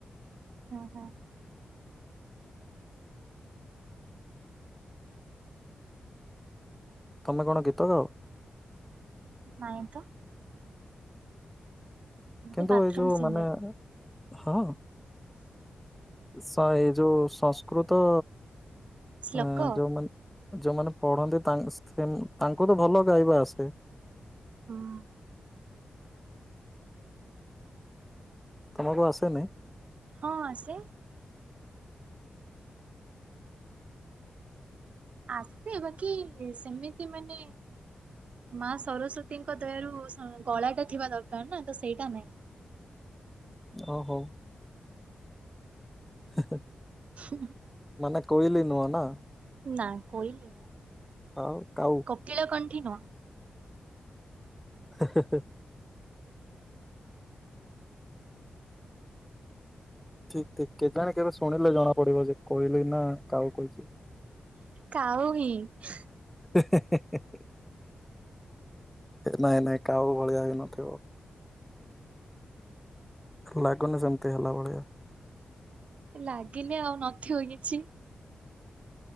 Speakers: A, on the right (about 60°); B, in the centre.
A: ଏ ହଁ
B: ତୁମେ କଣ ଗୀତ ଗାଅ?
A: ନାଇଁ ତ। ଏମିତି
B: କିନ୍ତୁ
A: ବାଥରୁମ
B: ଏଇ ଯୋଉ
A: ସିଙ୍ଗର
B: ମାନେ ହଁ ହଁ ଏ ଯୋଉ ସଂସ୍କୃ ସଂସ୍କୃତ
A: ଶ୍ଲୋକ
B: ଅଁ ଯେଉଁମାନେ ଯୋଉମାନେ ପଢ଼ନ୍ତି। ତାଙ୍କ ସେମ୍ ତାଙ୍କୁଠୁ ଭଲ ଗାଇବା ଆସେ।
A: ହୁଁ
B: ତୁମକୁ ଆସେନି।
A: ହଁ ଆସେ। ଆସେ ବାକି ସେମିତି ମାନେ ମା ସରସ୍ଵତୀଙ୍କ ଦୟାରୁ ଗଳାଟା ଥିବା ଦରକାର ନାଁ ତ ସେଇଟା ନାଇଁ।
B: ଓ ହଉ ହ
A: ହ
B: ମାନେ କୋଇଲି ନୁହଁ ନାଁ।
A: ନାଁ କୋଇଲି ନୁହଁ।
B: ଆଉ କାଉ
A: କୋକିଳ କଣ୍ଠି ନୁହଁ।
B: ହଁ ଠିକ୍ ଠିକ୍ କେଜାଣେ କେବେ ଶୁଣିଲେ ଜଣା ପଡ଼ିବ ଯେ କୋଇଲି ନା କାଉ କୋଇଲି ସିଏ।
A: କାଉ ହିଁ।
B: <unintelligible> ନାଇଁ ନାଇଁ କାଉ ଭଳିଆ ହେଇ ନଥିବ। ଲାଗୁନି ସେମିତି ହେଲା ଭଳିଆ।
A: ଲାଗିଲେ ଆଉ ନଥିବ ଆଉ କିଛି।